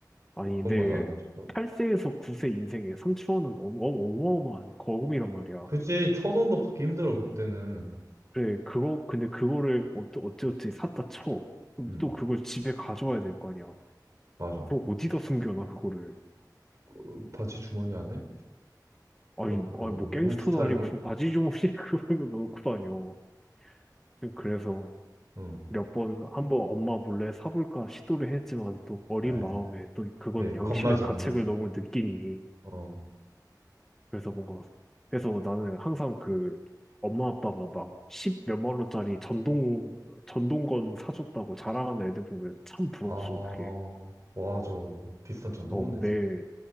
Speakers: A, in the centre; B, on the right.
A: 아니,
B: 그건
A: 내
B: 맞아, 안 해줬어.
A: 8세에서 9세 인생에 3천 원은 어마, 어마어마한 거금이란 말이야.
B: 그치, 천 원도 받기 힘들어, 그때는.
A: 그래, 그거, 근데 그거를 어쩌, 어찌어찌 샀다 쳐. 그럼
B: 음,
A: 또 그걸 집에 가져와야 될 거 아니야.
B: 맞아.
A: 그거 어디다 숨겨놔, 그거를.
B: 그 바지 주머니 안에?
A: 아니,
B: 어,
A: 아니
B: 그,
A: 뭐
B: 미국
A: 갱스터도
B: 스타일로?
A: 아니고 뭐 바지 주머니 <laughs> 그런 거 넣고 다녀. 좀 그래서
B: 응.
A: 몇 번, 한번 엄마 몰래 사볼까 시도를 했지만 또 어린
B: 아,
A: 마음에 또 그건
B: 예,
A: 양심의
B: 겁나지,
A: 가책을
B: 겁나지.
A: 너무 느끼니.
B: 어.
A: 그래서 뭔가, 그래서 나는 항상 그 엄마 아빠가 막 십 몇만 원짜리 전동, 전동건 사줬다고 자랑하는 애들 보면 참 부러웠어,
B: 아,
A: 그게.
B: 맞아. 비싼 전동건도
A: 어,
B: 있어.
A: 내,